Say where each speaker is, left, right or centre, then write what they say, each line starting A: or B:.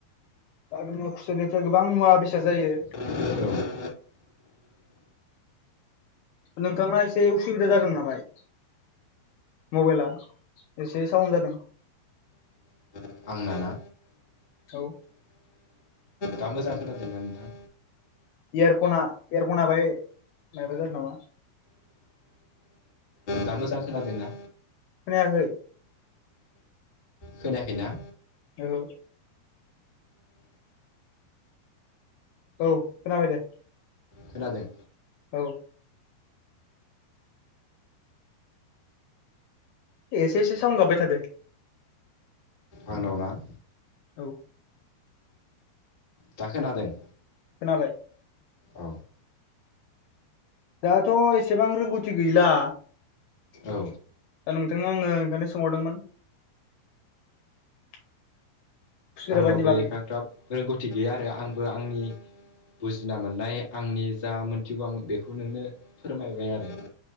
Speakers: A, on the left; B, on the left.
A: आरो खुसरनिफ्राय गोबां मुवा बेसाद जायो
B: औ
A: नोंथांना एसे उसुबिदा जादों नामाय मबाइला एसे साउन जादों
B: ओ आं नाना
A: औ
B: दा मोजां खोनादोंना नोथां?
A: इयारफना इयारफना बाहाय मायबा जादों नामा।
B: दा मोजां खोनादों ना?
A: खोनायाखै।
B: खोनायाखैना?
A: औ औ खोनाबाय दे।
B: खोनादों।
A: औ एसे एसे साउन गाबबाय थादों।
B: आंनाव ना?
A: औ
B: दा खोनादों?
A: खोनाबाय।
B: औ
A: दाथ' एसेबां रोंगौथि गैला।
B: औ
A: दा नोंथांनाव आङो ओंखायनो सोंहरदोंमोन। <inaudible>
B: आंनावबो
A: आबादनि बागै
B: एफाग्राब रोंगौथि गैया आरो आंबो आंनि बुजिना मोननाय आंनि जा मोनथिगौ आं बेखौ नोंनो फोरमायबाय आरो <inaudible>